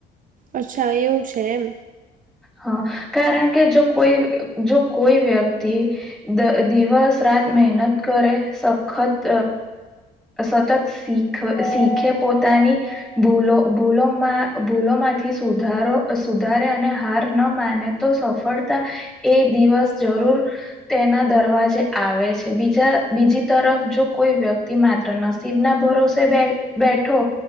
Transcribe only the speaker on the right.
અચ્છા એવું છે, એમ